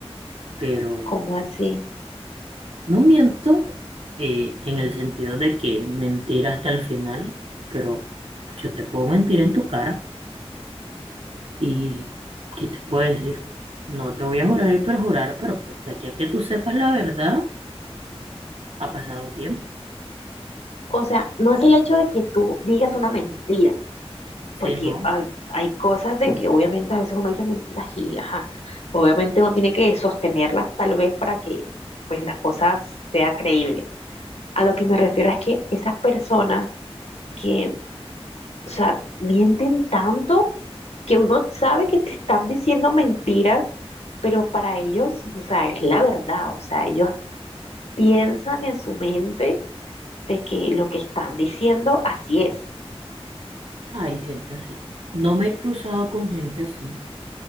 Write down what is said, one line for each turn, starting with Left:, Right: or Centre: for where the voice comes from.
Right: pero
Left: ¿Cómo así?
Right: no miento eh, en el sentido de que mentir hasta el final, pero yo te puedo mentir en tu cara y ¿qué te puedo decir? No te voy a jurar y perjurar, pero pues de aquí a que tú sepas la verdad, ha pasado tiempo.
Left: O sea, no es el hecho de que tú digas una mentira porque
Right: Si no,
Left: hay, hay cosas de que obviamente a veces uno dice mentiras y, ajá, obviamente uno tiene que sostenerlas tal vez para que pues la cosa sea creíble. A lo que me refiero es que esas personas que, o sea, mienten tanto que uno sabe que te están diciendo mentiras, pero para ellos, o sea, es la verdad, o sea, ellos piensan en su mente de que lo que están diciendo así es.
Right: hay gente así. No me he cruzado con gente así.